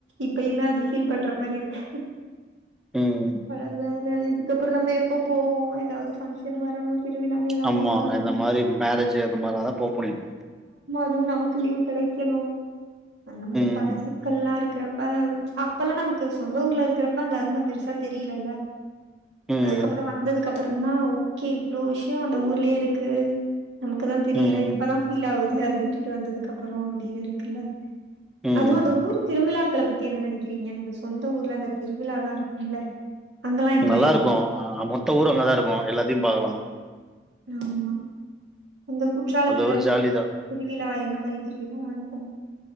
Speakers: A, on the right; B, in the centre.
A: இப்பயுமே அது ஃபீல் பண்ற மாரி இருக்கு
B: ம்.
A: அதா நா இ துக்கப்பறறோ நம்ம எப்ப போவோ எதாவது ஃபங்ஷன் வரணு திருவிழான்னு ஏதாவது
B: ஆமா
A: ஒண்ணு வரணு
B: அந்த மாரி மேரேஜ் அந்த மாரினாதா போப்போறீங்க
A: ஐயோ நமக்கு லீவ் கெடைக்கணு அந்த மாரி
B: ம்,
A: பல சிக்கல்லா இரு க்கறப்ப அப்பல்லா நமக் கு சொந்த ஊர்ல இருக்கிறப்ப அந்த அரும பெருசா தெரியில அல்ல
B: ம்,
A: அதுக்கப்பறோ வந்ததுக்க ப்புறந்தா ஓகே இவ்ளோ விஷியோ அந்த ஊர்லயே இருக்கு நமக்குதா தெரியல
B: ம்,
A: இப்பதா ஃபீல் ஆவுது அத விட்டுட்டு வந்தது க்கப்பறோ அப்டின்னு இருக்குல்ல
B: ம்.
A: அதுவு அந்த ஊர் திருவிழாக்கள பத்தி என்ன நெனைக்கிறீங்க அந்த சொந்த ஊர்ல அந்த திருவிழா லாம் இருக்கும்ல அங்கெல்லா எப்டி
B: நல்லாருக்கும்
A: இருக்கு
B: ஹ மொத்த ஊரும் அங்கதான் இருக்கும் எல்லாத்தையும் பாக்கலாம்
A: ஆமா இந்த குற்றாலத்துல
B: அது ஒரு ஜாலி தான்.
A: திருவிழா என்ன மாதிரி திருவிழா லாம் இருக்கு உம்